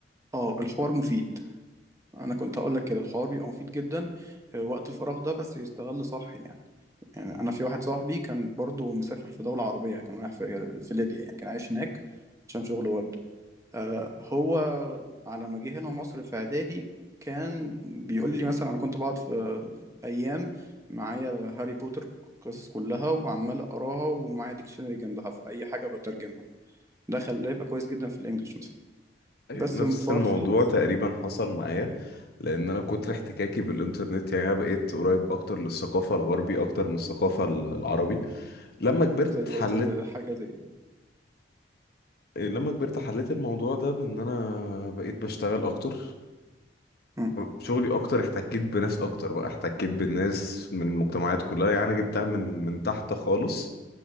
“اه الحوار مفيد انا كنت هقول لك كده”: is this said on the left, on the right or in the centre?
Right